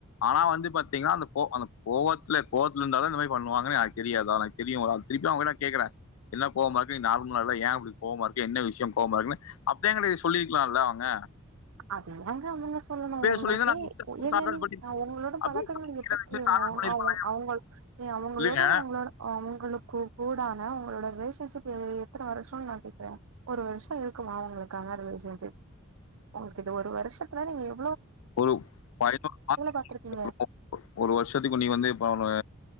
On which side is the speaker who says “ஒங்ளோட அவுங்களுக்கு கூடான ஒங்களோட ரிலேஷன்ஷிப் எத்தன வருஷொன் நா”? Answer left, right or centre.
Right